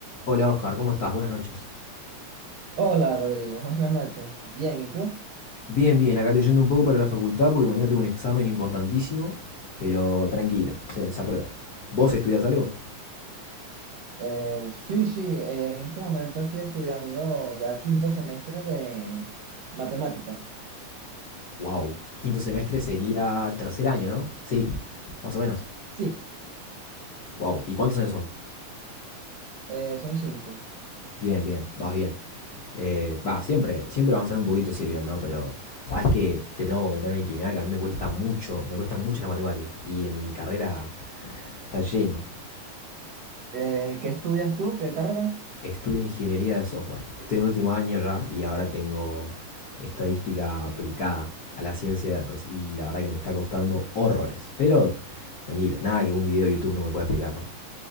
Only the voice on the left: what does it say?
Hola Oscar, ¿cómo estás? Buenas noches.
Bien, bien, acá leyendo un poco para la facultad porque mañana tengo un examen importantísimo, pero tranquilo, se, se aprueba. ¿Vos estudias algo?
Wow. Quinto semestre sería tercer año, ¿no? Sí, más o menos.
Wow. ¿Y cuántos años son?
Bien, bien, vas bien. Eh, Va, siempre, siempre avanzar un poquito sirve, ¿no? Pero sabes que te tengo que comentar una intimidad que a mí me cuesta mucho, me cuestan mucho las matemáticas y en mi carrera está lleno.
Estudio ingeniería de software. Estoy en último año ya y ahora tengo estadística aplicada a la ciencia de datos. Y la verdad que me está costando horrores. Pero tranquilo, nada que un video de YouTube no me pueda explicar, ¿no?